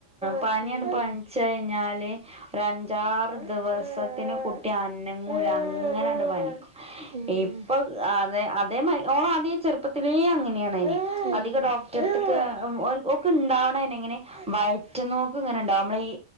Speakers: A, in the centre; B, on the right (about 40°).
A: പനിയാണ്
B: ഉം
A: പൻച്യിഞ്ഞാൽ ഒര അഞ്ചാറ് ദിവസത്തിന് കുട്ടി അനങ്ങൂല അങ്ങനെണ്ട് പനിക്കും
B: ഉം
A: ഇപ്പൊ അതെ അതേമായ് ഓളാദ്യ ചെറുപ്പത്തിലെ അങ്ങനെ
B: ഉം
A: അധിക ഡോക്ടറട്ത്ത്ക്ക് ഓൾക്ക് ഇണ്ടാവങ്ങനെ വയറ്റ്ന്നൊക്ക് ഇങ്ങനെണ്ടാവും നമ്മള ഈ